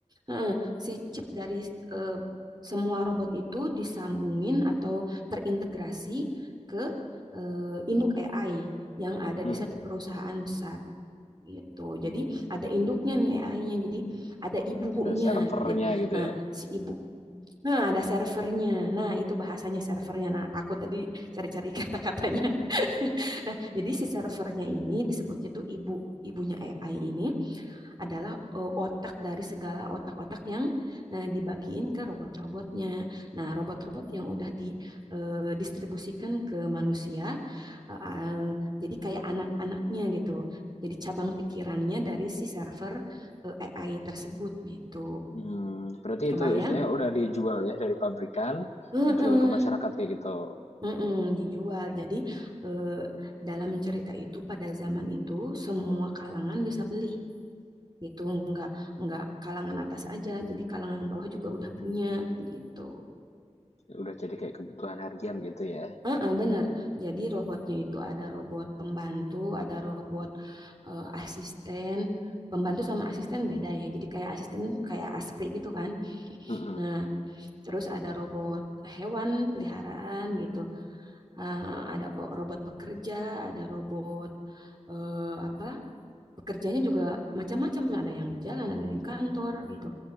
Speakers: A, on the right; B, on the left.
A: eh, si chip dari eh, semua robot itu disambungin atau terintegrasi ke eh, induk AI yang ada
B: mmm,
A: di satu
B: mhm,
A: perusahaan besar gitu.
B: mmm,
A: Jadi ada induknya nih AI-nya. Jadi ada ibunya.
B: ada servernya
A: Jadi
B: gitu
A: nah
B: ya?
A: si ibu nah ada servernya. Nah, itu bahasanya servernya. Nah, aku tadi cari-cari kata-katanya. <laughs> Nah, jadi si servernya ini disebutnya tuh ibu ibunya AI ini adalah eh, otak dari segala otak-otak yang eh, dibagiin ke robot-robotnya. Nah, robot-robot yang udah didistribusikan uh, ke manusia, eh, eh, jadi kayak anak-anaknya gitu. Jadi cabang pikirannya dari si server eh, AI tersebut gitu.
B: Hmm berarti
A: Kebayang?
B: itu istilahnya udah dijual ya dari pabrikan,
A: Heeh,
B: dijual ke masyarakat kayak gitu?
A: heeh, dijual. Jadi eh, dalam cerita itu pada zaman itu semua kalangan bisa beli. gitu nggak nggak kalangan atas aja jadi kalangan bawah juga udah punya gitu
B: Udah jadi kayak kebutuhan harian gitu ya?
A: Heeh, bener jadi robotnya itu ada robot pembantu ada robot eh, asisten pembantu sama asisten beda ya jadi kayak asisten kayak aspri gitu kan
B: Mhm.
A: nah terus ada robot hewan peliharaan gitu Eh, ada o- robot pekerja ada robot eh, apa pekerjanya juga macam-macam ada yang di jalan ada yang di kantor gitu